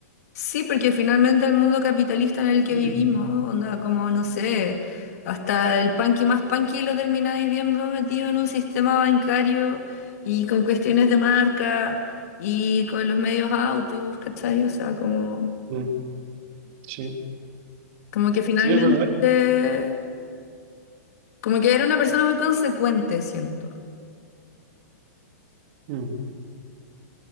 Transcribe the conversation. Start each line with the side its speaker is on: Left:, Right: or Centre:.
Left: Sí, porque finalmente el mundo capitalista en el que
Right: <clears throat>
Left: vivimos, onda, como no sé, hasta el punky más punky lo termináis viendo metido en un sistema bancario y con cuestiones de marca y con los medios autos, ¿cachai? O sea, como,
Right: Mm, Sí,
Left: como que finalmente,
Right: sí, es verdad.
Left: como que era una persona muy consecuente, siento.
Right: Mm.